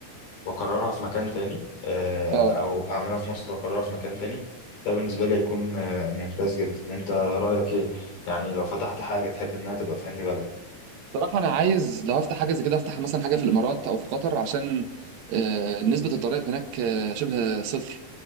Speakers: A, on the left; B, on the right.
A: واكررها في مكان تاني آه،
B: اه
A: او اعملها في مصر واكررها في مكان تاني ده بالنسبه لي هيكون آه، ممتاز جدا انت رايك ايه يعني لو فتحت حاجه تحب انها تبقى في انهي بلد
B: صراحة أنا عايز لو هفتح حاجة زي كده أفتح مثلا حاجة في الإمارات أو في قطر عشان آه، نسبة الضرائب هناك آه، شبه صفر